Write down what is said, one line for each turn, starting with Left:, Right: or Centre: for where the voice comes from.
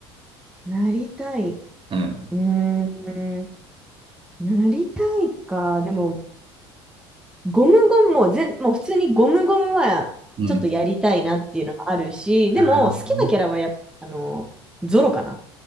Centre: なりたい。
Right: うん。
Centre: うーん、なりたいか。でも、ゴムゴムも、全、もう普通にゴムゴムは、
Right: うん。
Centre: ちょっとやりたいなっていうのがあるし、でも、
Right: あー、
Centre: 好きなキャラはやっぱ、
Right: ね
Centre: あの、ゾロかな。